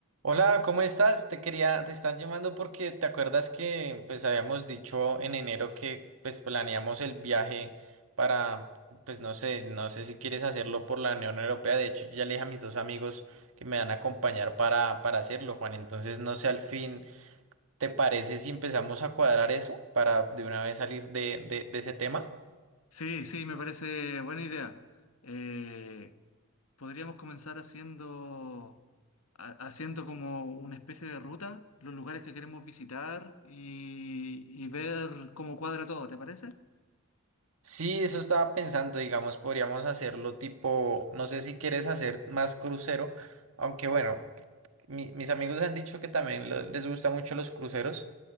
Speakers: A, on the right; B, on the left.
A: Hola, ¿cómo estás? Te quería, te están llamando porque te acuerdas que pues habíamos dicho en enero que pues planeamos el viaje para, pues no sé, no sé si quieres hacerlo por la Unión Europea. De hecho, yo ya le dije a mis dos amigos que me van a acompañar para, para hacerlo, Juan. Entonces, no sé, al fin, ¿te parece si empezamos a cuadrar eso para de una vez salir de, de, de ese tema?
B: Sí, sí, me parece buena idea. Eh, podríamos comenzar haciendo, ha- haciendo como una especie de ruta, los lugares que queremos visitar y, y ver cómo cuadra todo, ¿te parece?
A: Sí, eso estaba pensando, digamos, podríamos hacerlo tipo, no sé si quieres hacer más crucero, aunque bueno. mi- mis amigos han dicho que también lo- les gustan mucho los cruceros,